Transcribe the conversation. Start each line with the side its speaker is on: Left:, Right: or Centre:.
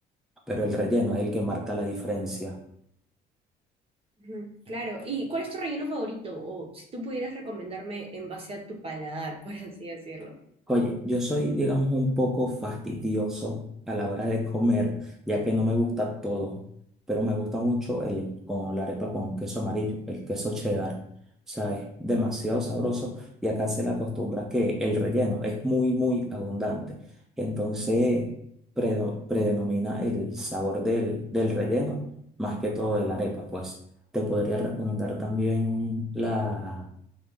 Centre: pero el relleno es el que marca la diferencia.
Right: Ujú, Claro, ¿y cuál es tu relleno favorito? O si tú pudieras recomendarme en base a tu paladar, <laughs> por así decirlo.
Centre: Oye, yo soy, digamos, un poco fastidioso a la hora de comer, ya que no me gusta todo, pero me gusta mucho el con la arepa con queso amarillo, el queso cheddar. O sea, es demasiado sabroso y acá se le acostumbra que el relleno es muy, muy abundante. Entonces, predo- predenomina el sabor del, del relleno más que todo de la arepa. Pues te podría recomendar también la,